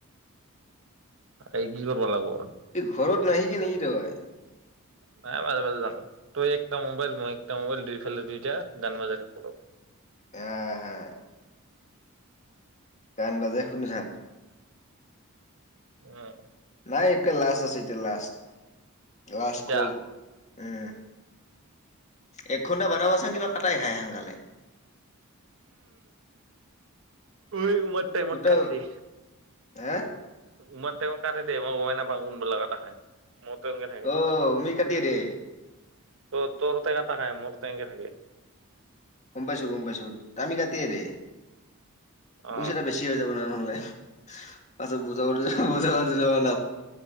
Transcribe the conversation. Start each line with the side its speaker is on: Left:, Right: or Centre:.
Right: এই কি কৰিব লাগিব
Left: এই ঘৰত নাহিবি নিকি তই
Right: হ মাজে মাজে যাও। তই একটা মোবাইল মই একটা মোবাইল দুইফালে দুইটা গান বাজাই থাকো বল
Left: আহ হা গান বাজে শুনিছা
Right: উম
Left: নাই একে লাষ্ট আছে এতিয়া লাষ্ট লাষ্ট
Right: ইতা
Left: কল উম। এক ঘণ্টা বনাবাচোন কিবা কটাই খাই সোনকালে
Right: উম অ ত টাইমত
Left: গোটা
Right: কাটি দে
Left: হা
Right: তোমাৰ তেওঁ কাটি দেই মই গমেই নাপাওঁ কোনবিলাক এটা খাই মোৰ তেনেকে
Left: আহ মি কাটি দে
Right: ত তোৰ তাকাই তাকাই মোৰ তেনেকে থাকে
Left: গম পাইছো গম পাইছো তামি কাটে দে
Right: অ
Left: পইচাটা বেছি হৈ যাব ন নহলে পাছত বুজাব দিব পইচা কাতি গল